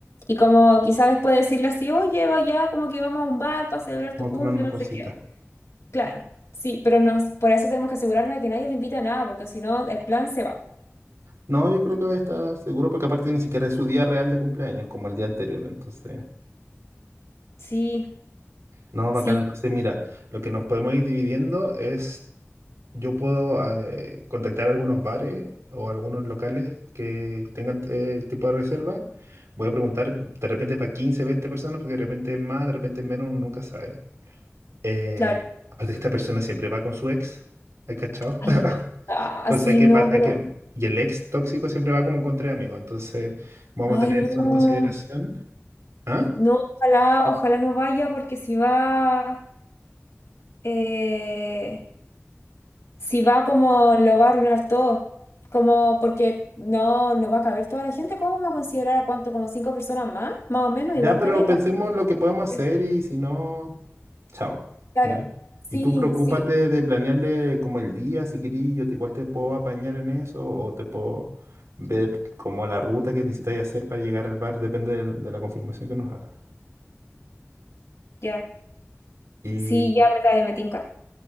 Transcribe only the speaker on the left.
y como quizá después decirle así, oye, va ya, como que vamos a un bar para celebrar
tu cumple,
no
sé qué. Claro, sí, pero nos, por eso tenemos que asegurarnos de que nadie le invita a nada, porque si no, el plan se va.
Sí,
sí,
claro.
Ay,
verdad,
sí,
no,
pero...
Ay,
no,
no, ojalá, ojalá no vaya, porque si va... eh, si va como lo va a arruinar todo, como porque no, no va a caber toda la gente, ¿cómo vamos a considerar a cuánto? Como cinco personas más, más o menos,
igual
caleta.
Eh,
Claro,
sí,
sí,
ya,
sí, ya me, dale, me tinca.